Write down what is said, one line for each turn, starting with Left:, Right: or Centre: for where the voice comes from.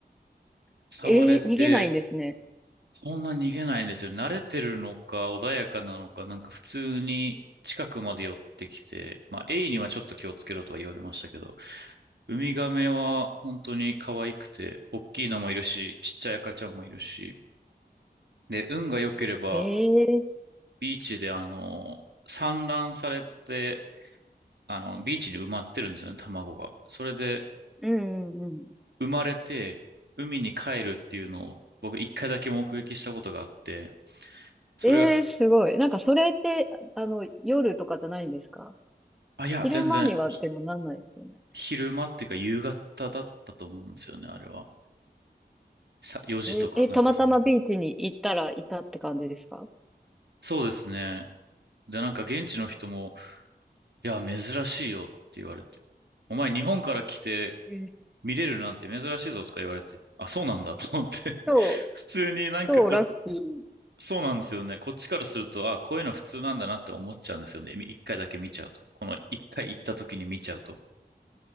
Right: 触れて、
Centre: ええー、逃げないんですね。
Right: そんな逃げないんですよ。慣れてるのか、穏やかなのか、なんか普通に近くまで寄ってきて、まあ、エイにはちょっと気をつけろとは言われましたけど、ウミガメは本当に可愛くて、大きいのもいるし、ちっちゃい赤ちゃんもいるし、で、運が良ければ、
Centre: ええー、
Right: ビーチであの、産卵されて、あの、ビーチに埋まってるんですよね、卵が。それで、
Centre: うんうんうん。
Right: 生まれて、海に帰るっていうのを、僕一回だけ目撃したことがあって、それが、
Centre: ええすごい。なんかそれって、あの、夜とかじゃないんですか
Right: あ、いや、
Centre: 昼間にはでもなんないですよね。
Right: 全然、昼間っていうか夕方だったと思うんですよね、あれは。さ、4時とか、
Centre: え、え、
Right: なんかそんな感じ。
Centre: たまたまビーチに行ったらいたって感じですか
Right: そうですね。で、なんか現地の人も、いや、珍しいよって言われて。お前日本から来て
Centre: えー
Right: 見れるなんて珍しいぞとか言われて。あ、そうなんだと思って。
Centre: 超、
Right: <laughs> 普通になんかこ、
Centre: 超ラッキー。
Right: そうなんですよね。こっちからすると、あ、こういうの普通なんだなって思っちゃうんですよね。い一回だけ見ちゃうと。この一回行った時に見ちゃうと。